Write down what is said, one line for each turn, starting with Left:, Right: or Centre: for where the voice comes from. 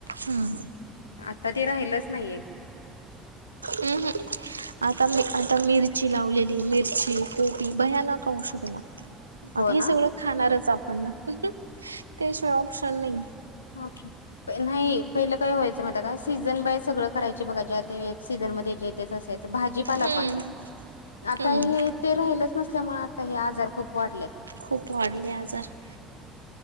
Right: हम्
Left: आता ते राहिलंच नाहीये
Right: हम् हम् आता मी आता मिरची लावलेली मिरची कोबी भयानक औषध लागतात
Left: हो
Right: आता हे
Left: ना
Right: सगळं खाणारच आपण ना त्याशिवाय ऑप्शन नाही
Left: अच्छा नाही पहिलं काय व्हायचं म का सीझन बाय सगळं करायची बघा ज्या ते सीझनमध्येध्ये जे तेच असे भाजीपाला
Right: हम्म
Left: पण आता
Right: हम्म
Left: हे ते राहिलंच नसल्यामुळे आता हे आजार खूप वाढलेत
Right: खूप वाढले आजार